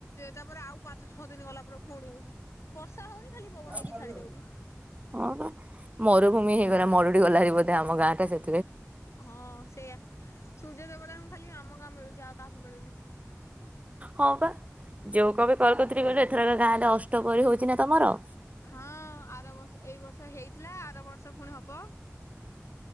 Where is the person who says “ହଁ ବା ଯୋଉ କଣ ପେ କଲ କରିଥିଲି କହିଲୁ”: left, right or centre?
Right